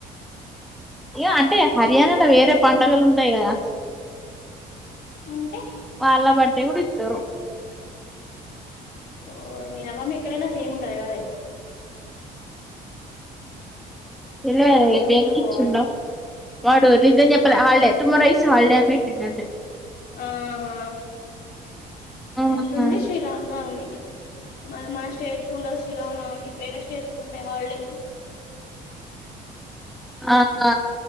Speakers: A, in the centre; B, on the left.
A: ఏ అంటే హర్యానాలో వేరే పండుగలు ఉంటాయి కదా.
B: ఉంటే
A: వాళ్ళ బడ్డే కూడా ఇత్తరు
B: ఓర్ని నవమీ ఎక్కడైనా సేమ్ ఉంటది కాదే
A: చెల్లె
B: నవమి రోజే
A: దేనికి
B: పోవాలి
A: ఇచ్చిండో వాడు టీచర్స్ చెప్పలే హాలిడే టుమారో ఈ హాలిడే అని పెట్టిండు అంతే
B: ఆహా
A: ఆహా
B: ఎల్లుండి శ్రీరామ్నవమి మళ్ళ మన స్టేట్ కు ఉండదు, శ్రీరామనవమి వేరే స్టేట్స్ కు ఉంటాయి హాలిడేస్.
A: ఆహ